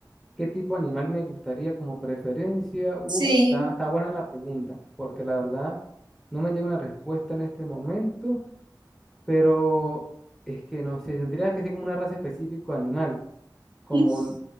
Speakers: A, in the centre; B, on the right.
A: ¿Qué tipo de animal me gustaría como preferencia? Uf,
B: sí.
A: está,
B: <laughs>
A: está buena la pregunta, porque la verdad no me llega una respuesta en este momento, pero es que no sé, tendría que ser como una raza específica de animal, como
B: Mm.
A: l-